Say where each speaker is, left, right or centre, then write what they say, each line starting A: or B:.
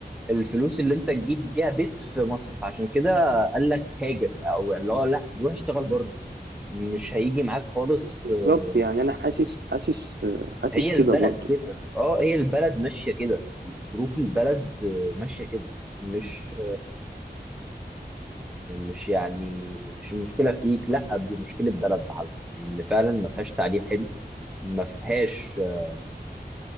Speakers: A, in the centre; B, on the right (about 75°).
A: الفلوس اللي انت تجيب بيها بيت في مصر فعشان كده قال لك هاجر او اللي هو لا روح اشتغل بره مش هيجي معاك خالص
B: بالظبط
A: آه،
B: يعني انا حاسس حاسس حاسس
A: هي
B: كده
A: البلد
B: برضو
A: كده اه هي البلد ماشية كده ظروف البلد آه، ماشية كده مش مش يعني مش المشكله فيك لا دي مشكله بلد بحالها ان فعلا ما فيهاش تعليم حلو ما فيهاش آه،